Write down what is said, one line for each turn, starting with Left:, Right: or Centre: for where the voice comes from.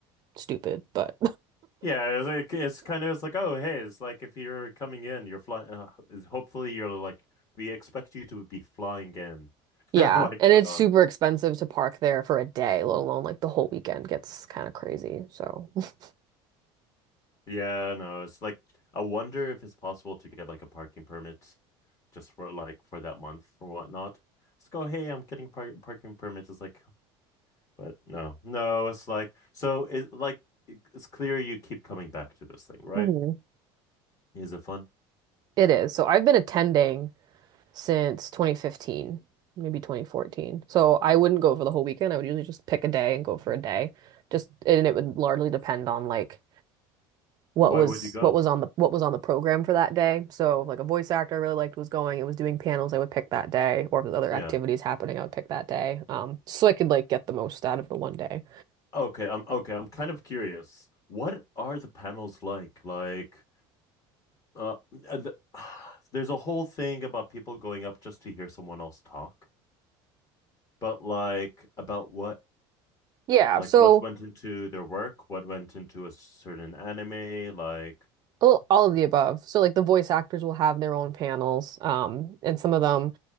Right: stupid, but
Left: Yeah, it's like it's kind of it's like oh hey, it's like if you're coming in, you're flying. Uh, is- hopefully, you're like we expect you to be flying in,
Right: <laughs>
Left: <laughs>
Right: yeah.
Left: like
Right: And
Left: whatnot.
Right: it's super expensive to park there for a day, let alone like the whole weekend gets kind of crazy. So <laughs>
Left: Yeah, no, it's like I wonder if it's possible to get like a parking permit, just for like for that month or whatnot. Let's go. Hey, I'm getting par parking permit. It's like, but no, no, it's like so. It like it- it's clear you keep coming back to this thing, right?
Right: Mhm.
Left: Is it fun?
Right: It is. So I've been attending since 2015, maybe 2014. So I wouldn't go for the whole weekend. I would usually just pick a day and go for a day. Just and it would largely depend on like what
Left: Why
Right: was
Left: would you go?
Right: what was on the what was on the program for that day. So if, like a voice actor I really liked was going and was doing panels, I would pick that day, or if there's other
Left: Yeah.
Right: activities happening, I would pick that day. Um, so I could like get the most out of the one day.
Left: Okay, I'm okay. I'm kind of curious. What are the panels like? Like, uh, uh, the, <sighs> there's a whole thing about people going up just to hear someone else talk, but like about what,
Right: Yeah,
Left: like
Right: so
Left: what went into their work, what went into a certain anime, like,
Right: all all of the above. So like the voice actors will have their own panels, um, and some of them